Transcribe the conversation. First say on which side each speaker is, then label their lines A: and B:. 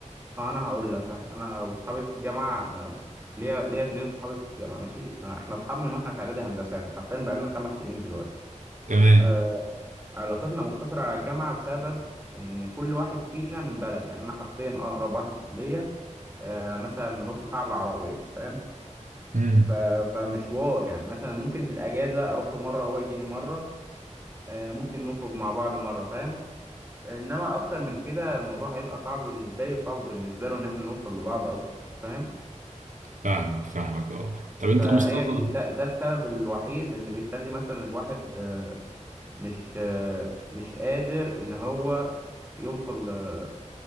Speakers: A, on the right; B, on the right.
A: فأنا هقول لك أنا وأصحابي في الجامعة أنا ليا ليا اتنين صحابي في الجامعة ماشي إحنا أصحاب من وإحنا في إعدادي هندسة يعني حرفيا بقالنا خمس سنين دلوقتي
B: تمام
A: آه علاقتنا مقتصرة على الجامعة بسبب إن كل واحد فينا من بلد يعني أنا حرفيا أقرب واحد ليا آه مثلا نص ساعة بالعربية فاهم
B: امم
A: ف- فمشوار يعني مثلا ممكن في الأجازة أروح له مرة هو يجي لي مرة آه، ممكن نخرج مع بعض مرة فاهم انما اكتر من كده الموضوع هيبقى صعب بالنسبة لي وصعب بالنسبة له ان احنا نوصل لبعض اصلا فاهم
B: فاهمك فاهمك اه طب انت
A: فهي
B: يا مصطفى
A: دي ده ده السبب الوحيد اللي بيخلي مثلا الواحد آه، مش آه، مش قادر ان هو يوصل ل-